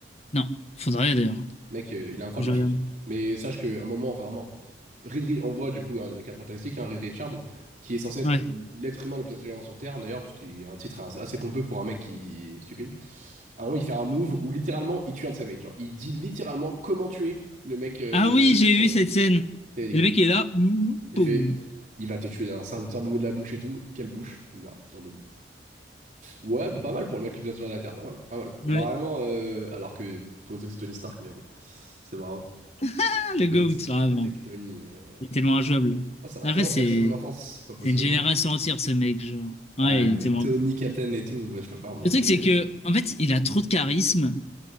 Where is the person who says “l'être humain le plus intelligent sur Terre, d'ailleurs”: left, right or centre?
Right